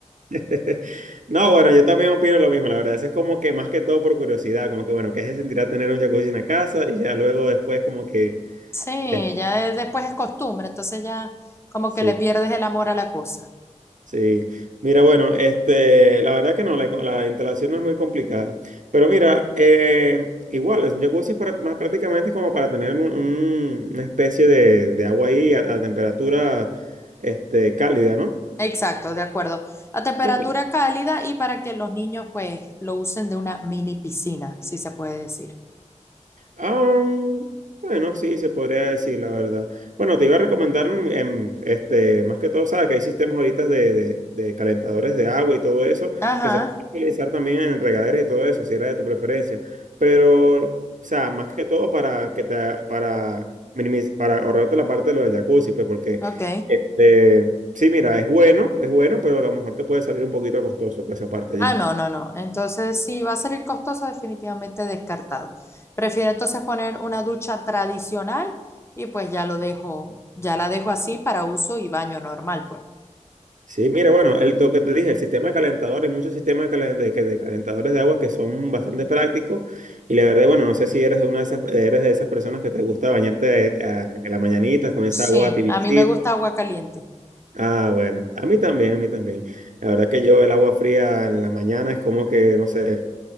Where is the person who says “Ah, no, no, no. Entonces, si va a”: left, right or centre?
Left